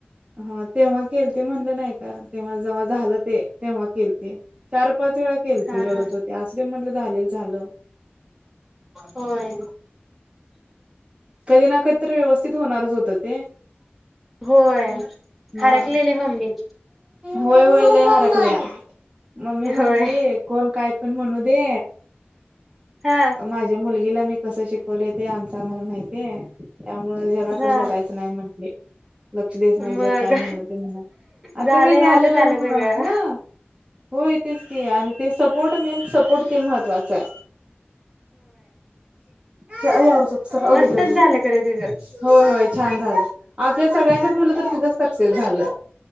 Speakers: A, on the right (about 30°); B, in the centre.
A: हा तेव्हा केलती म्हणलं नाई. तेव्हा जव्हा झालं ते तेव्हा केल. चार पाच वेळा केलती
B: हा
A: रडत
B: हा
A: होती. असमी त म्हणल झाल झाल.
B: होय.
A: कधी ना कधी तरी व्यवस्थित होणारच होत ते.
B: होय
A: हा.
B: हरकलेली मम्मी.
A: होय होय लय हरकल्या मम्मी म्हंटली
B: होय
A: कोण काय पण म्हणू दे
B: हा
A: ह माझ्या मुलगीला मी कस शिकवलय ते आमच आम्हाला माहितीय त्यामुळ जगाकड
B: हा
A: बघायचं नाय म्हंटली. लक्ष द्यायच नाय
B: मग
A: जग काय म्हणल ते म्हणाल
B: झालंय
A: आता काय झालं
B: आताच
A: लग्न
B: आलं सगळं
A: ह होय तेेच ती आणि ते सपोर्ट मेन सपोर्ट ते महत्त्वाच हाय. ह्या ह्यावर झोप ओक
B: मस्तच
A: हिजावर झोप
B: झालं खरं तुझं
A: होय. होय छान झालं आपल्या सगळ्यांच्यात मलं तर तिजच सक्सेस झालं.